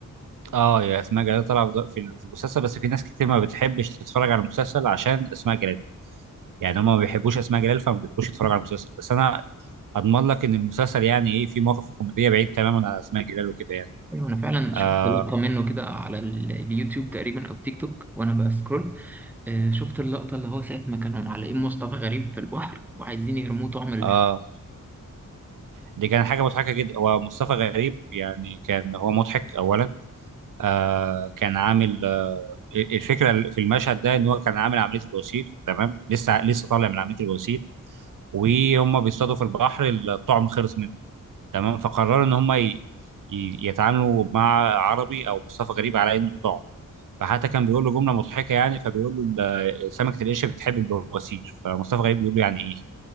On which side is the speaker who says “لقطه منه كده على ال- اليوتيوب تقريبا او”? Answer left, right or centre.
Centre